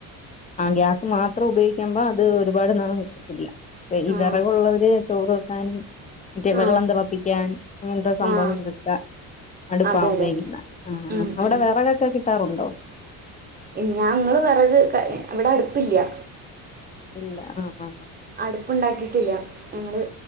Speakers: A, on the left; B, on the right.
A: ആഹ് ഗ്യാസ് മാത്രം ഉപയോഗിക് ക്കുമ്പം അത് ഒരുപാട് നാള് നിക്കത്തില്ല ചെ ഈ
B: ആഹ്
A: വിറകുള്ളവര് ചോറ് വെക്കാനും മറ്റേ വെള്ളം
B: ആഹ്
A: തെളപ്പിക്കാനും അങ്ങനത്തെ സംഭവങ്ങക്കൊക്കെ
B: ആഹ്
A: അടുപ്പാ
B: അതെ
A: ഉപയോഗിക്കുന്നെ
B: അതെ
A: ആഹ്
B: ഉം
A: ആഹ് അവിടെ
B: ഉം
A: വിറകൊക്കെ കിട്ടാറുണ്ടോ
B: ഞങ്ങള് വെറക് ക ഇവിടെ അടുപ്പില്ല
A: ഇല്ല ആഹ് ആഹ് ആഹ്
B: അടുപ്പ്ണ്ടാക്കിറ്റില്ല ഞങ്ങള്